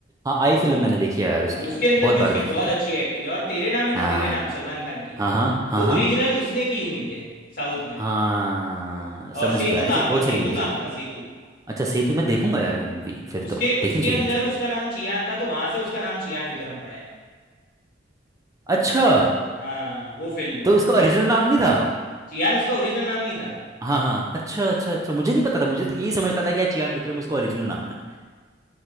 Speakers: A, on the right; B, on the left.
A: हाँ आई फिल्म मैंने देखी है यार उसकी
B: हाँ, उसके अंदर
A: बहुत
B: भी
A: बार
B: उसकी
A: देखी
B: बहुत
A: है
B: अच्छी एक्टिंग है और तेरे नाम है ना
A: हाँ
B: तेरे नाम सलमान खान की
A: हाँ हाँ हाँ
B: वो
A: हाँ
B: ओरिजिनल उसने की हुई है साउथ में
A: हाँ
B: अ,
A: समझ
B: सेतु
A: गया ऐसी
B: नाम
A: बहुत
B: था
A: सारी
B: सेतु
A: मूवीज
B: नाम
A: होती
B: था
A: हैं
B: सेतु
A: अच्छा सही तो मैं देखूंगा यार वो मूवी फिर
B: उसके
A: तो देखनी
B: उसके
A: चाहिए
B: अंदर
A: मुझे
B: उसका नाम चियान था तो वहां से उसका नाम चियान विक्रम पड़ा है
A: अच्छा
B: हाँ वो फिल्म में
A: तो उसका ओरिजिनल नाम नहीं था
B: चियान उसका ओरिजिनल नाम नहीं था
A: हाँ हाँ अच्छा अच्छा अच्छा मुझे नहीं पता था मुझे तो यही समझता था कि यार चियान विक्रम उसका ओरिजिनल नाम है